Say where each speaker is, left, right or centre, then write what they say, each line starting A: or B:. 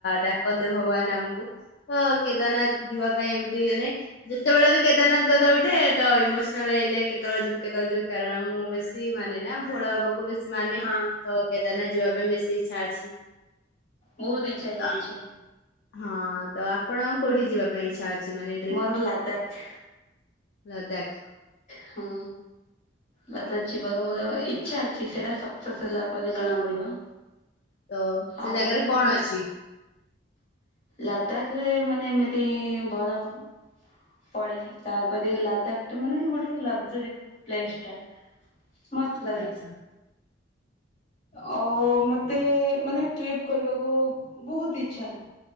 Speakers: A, on the left; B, on the left.
A: ଡାକନ୍ତେ ଭଗବାନ ଆମକୁ ତ କେଦାରନାଥ ଯିବା ପାଇଁ ଏମିତି ମାନେ ଯେତେବେଳେ ବି କେଦାରନାଥ କଥା ଉଠେ ତ ଇମୋସନାଲ ହେଇଯାଏ କେତେବେଳେ ଯିବୁ କେତେବେଳେ ଯିବୁ କାରଣ ମୁଁ ବେଶୀ ମାନେ ନା ଭୋଳ ବାବାକୁ ବେଶୀ ମାନେ
B: ହଁ
A: ତ କେଦାରନାଥାଏ ଯିବା ଯିବା ପାଇଁ ବେଶୀ ଇଚ୍ଛା ଅଛି।
B: ବହୁତ ଇଚ୍ଛା ହେଇଯାଇଚି।
A: ତ ହଁ ତ ଆପଣ କୋଉଠି ଯିବା ପାଇଁ ଇଚ୍ଛା ଅଛି? ମାନେ
B: ମୋର ଲାଦାଖ।
A: ଲାଦାଖ।
B: ହୁଁ ଲାଦାଖ ଯିବାକୁ ମୋର ଇଚ୍ଛା ଅଛି ସେଇଟା ସକ୍ସେସ ହେଲା ପରେ ଜଣା ପଡିବ।
A: ତ ସେ
B: ଆଉ
A: ଜାଗାରେ କଣ ଅଛି?
B: ଲାଦାଖ ରେ ମାନେ ଏମିତି ବରଫ ପଡେ ତାପରେ ଲାଦାଖ ଟା ମାନେ ଗୋଟେ ଲକ୍ଜାରୀ ପ୍ଲେସ ଟା। ମସ୍ତ ଲାଗେ।
A: ଆଚ୍ଛା।
B: ଆ ମୋତେ ମାନେ ଟ୍ରିପ୍ କରିବାକୁ ବହୁତ ଇଚ୍ଛା